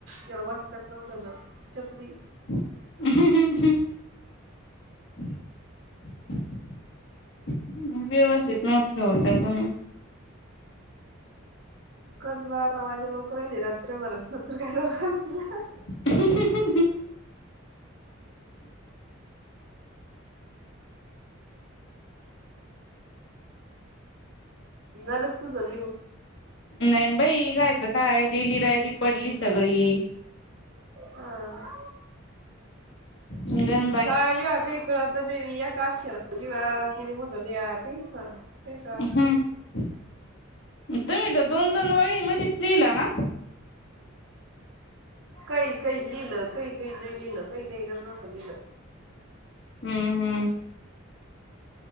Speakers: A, on the right (about 70°); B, on the left (about 60°).
A: जव ग <unintelligible> चपली!
B: हम <unintelligible> व्यवस्थित न ठेवतायेत.
A: कच बार माझ्या लोकर नाही रात्रभरत नंतर कायला वाल केला.
B: <unintelligible>
A: झालं तुझं लिहून.
B: नाहीन बाई लिहायचं काय डेली डायरी पडली सगळी.
A: हा हा...
B: अंग
A: काय लिवा काही कळत नाही मी या काक्षरात लिवा किरी म्हणली या काही सांग काही कळत
B: हम, तुम्ही तर दोन दोन पोळी मध्येच लिहिला ना?
A: काही काही लिहिलं काही काही नाही लिहिलं काही नाही का नट लिहिलं.
B: हम्म हम्म!